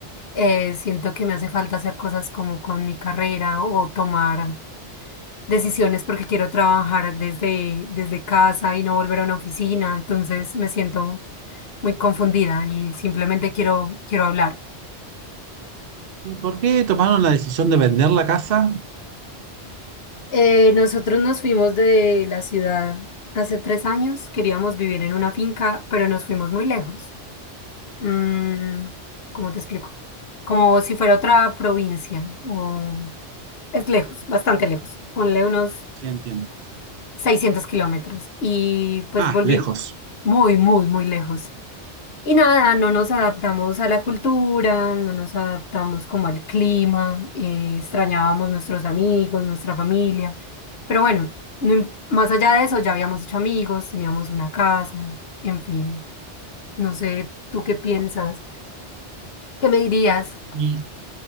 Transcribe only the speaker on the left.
eh, siento que me hace falta hacer cosas como con mi carrera o tomar decisiones porque quiero trabajar desde, desde casa y no volver a una oficina. Entonces me siento muy confundida y simplemente quiero, quiero hablar.
Eh, nosotros nos fuimos de la ciudad hace tres años. Queríamos vivir en una finca, pero nos fuimos muy lejos. Mm, ¿cómo te explico? Como si fuera otra provincia. o- Es lejos, bastante lejos. Ponle unos
600 kilómetros. Y pues
volví
muy, muy, muy lejos. Y nada, no nos adaptamos a la cultura, no nos adaptamos como al clima, eh, extrañábamos nuestros amigos, nuestra familia. Pero bueno, no im- más allá de eso, ya habíamos hecho amigos, teníamos una casa, en fin. No sé, ¿tú qué piensas? ¿Qué me dirías?